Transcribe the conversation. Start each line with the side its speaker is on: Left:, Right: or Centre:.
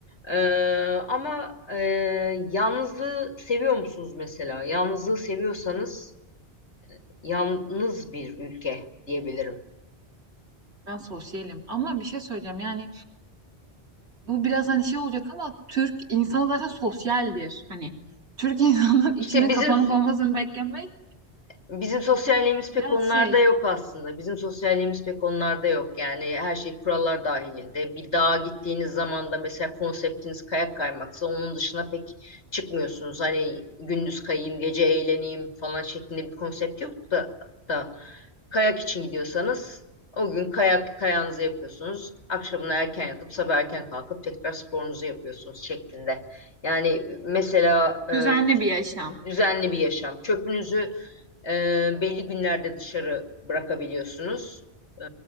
Left: Ee, ama e, yalnızlığı seviyor musunuz mesela? Yalnızlığı seviyorsanız yalnız bir ülke diyebilirim.
Right: Ben sosyalim. Ama bir şey söyleyeceğim. Yani bu biraz hani şey olacak ama Türk insanı zaten sosyaldir. Hani Türk insanının <laughs> içine
Left: İşte bizim
Right: kapanık olmasını beklemek
Left: Bizim sosyalliğimiz pek
Right: biraz
Left: onlarda
Right: şey
Left: yok aslında. Bizim sosyalliğimiz pek onlarda yok. Yani her şey kurallar dahilinde. Bir dağa gittiğiniz zaman da mesela konseptiniz kayak kaymaksa onun dışına pek çıkmıyorsunuz. Hani gündüz kayayım, gece eğleneyim falan şeklinde bir konsept yok da, da kayak için gidiyorsanız o gün kayak kayağınızı yapıyorsunuz. Akşamına erken yatıp sabah erken kalkıp tekrar sporunuzu yapıyorsunuz şeklinde. Yani mesela e,
Right: düzenli bir yaşam.
Left: düzenli bir yaşam. Çöpünüzü ee, belli günlerde dışarı bırakabiliyorsunuz. Ee,